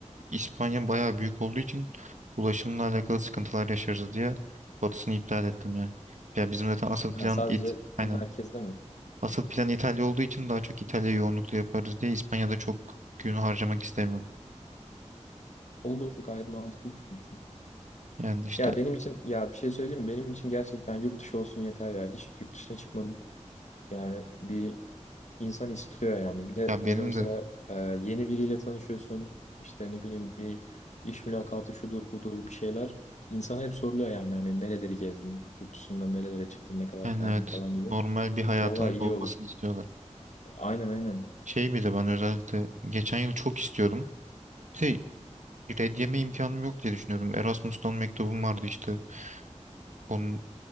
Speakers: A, on the right; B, on the left.
A: İspanya bayağı büyük olduğu için ulaşımla alakalı sıkıntılar yaşarız diye batısını iptal ettim ya. Ya bizim zaten asıl
B: Ha,
A: plan
B: sadece
A: it. Aynen.
B: merkezde mi?
A: Asıl plan İtalya olduğu için daha çok İtalya yoğunluklu yaparız diye İspanya'da çok gün harcamak istemiyorum.
B: Olur gayet mantıklı düşünmüşsün.
A: Yani işte
B: Ya benim için ya bir şey söyleyeyim mi? Benim için gerçekten yurt dışı olsun yeter ya. Hiç yurt dışına çıkmadım. Yani bir insan istiyor yani. Bir de
A: ya
B: böyle
A: benim
B: mesela
A: de
B: e, yeni biriyle tanışıyorsun. İşte ne bileyim bir iş mülakatı şudur budur bir şeyler. İnsana hep soruluyor yani hani nereleri gezdin, yurt dışında nerelere çıktın, ne kadar
A: yani
B: kaldın
A: evet
B: falan gibi.
A: normal bir hayatının
B: Vallahi iyi
A: da olmasını
B: olur.
A: istiyorlar.
B: Aynen aynen.
A: Şey bir de ben özellikle geçen yıl çok istiyordum. Bir de red yeme imkanım yok diye düşünüyordum. Erasmus'tan mektubum vardı işte. Onun